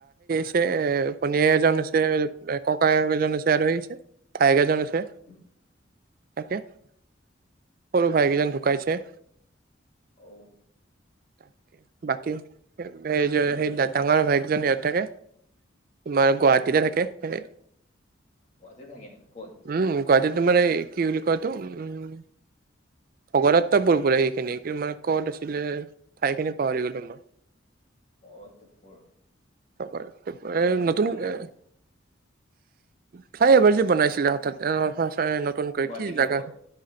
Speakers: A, on the right; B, on the left.
A: সেইছ। <inaudible> এ ভনীয়ে এজন আছে ককায়েক এজন আছে আৰু সেইছে ভায়েক এজন আছে।
B: <unintelligible>
A: তাকে সৰু ভাইক এজন ঢুকাইছে।
B: ঔ
A: তাকে বাকী সেই
B: আচৰিত কথা
A: ডাঙৰ
B: একে
A: ভায়েকজন ইয়াত থাকে তোমাৰ গুৱাহাটীতে
B: মানে
A: থাকে সেই
B: গুৱাহাটীত থাকে নেকি ক'ত?
A: উম গুৱাহাটীতে তোমাৰ কি বুলি কয় এইটো? উ ভগদত্ত পুল পৰে সেইখিনি। কিন্তু মানে ক'ত আছিলে ঠাই খিনি পাহৰি গ'লো মই।
B: অ', তোৰ
A: <unintelligible>
B: নাজানো
A: নতুন
B: শুনা নাই
A: এ
B: মই
A: ফ্লাই অভাৰ যে বনাইছিলে হঠাৎ নতুনকৈ
B: গুৱাহাটীক
A: কি
B: ক্লাবত,
A: জাগা